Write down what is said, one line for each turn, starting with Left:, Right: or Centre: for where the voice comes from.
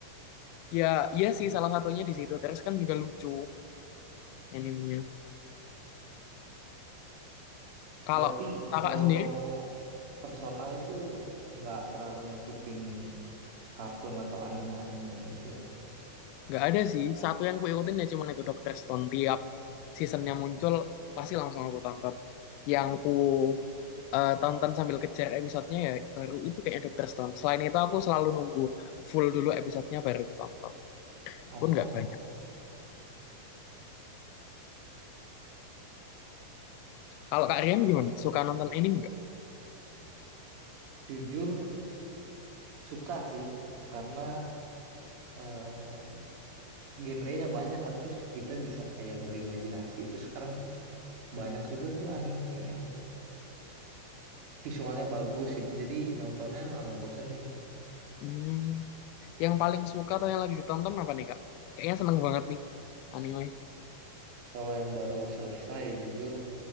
Left: Ya, iya sih salah satunya di situ. Terus kan juga lucu animenya. Kalau
Right: Berarti
Left: kakak
Right: kalau
Left: sendiri
Right: kamu personal itu nggak terlalu ngikutin kartun atau anime-anime itu ya? <laughs>
Left: nggak ada sih. Satu yang kuikutin ya cuma itu Doctor Stone. Tiap seasonnya muncul pasti langsung aku tonton. Yang ku eh, tonton sambil kejar episodenya ya baru itu kayaknya Doctor Stone. Selain itu aku selalu nunggu full dulu episodenya baru aku tonton.
Right: Oh,
Left: Pun nggak banyak. Kalau Kak Rian gimana? Suka nonton anime nggak?
Right: jujur suka sih karena eh, genrenya banyak kan terus kita bisa kayak berimajinasi itu sekarang banyak juga tuh anime yang visualnya bagus itu jadi nontonnya nggak ngebosenin
Left: Hmm, yang paling suka atau yang lagi ditonton apa nih Kak? Kayaknya seneng banget nih anime.
Right: kalau yang baru selesai jujur